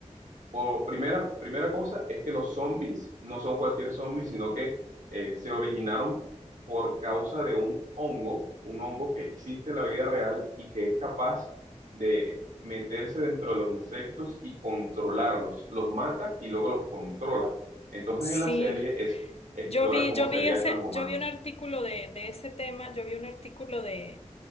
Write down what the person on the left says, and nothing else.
Sí,
yo vi,
yo
vi ese,
yo vi un artículo de, de ese tema, yo vi un artículo de,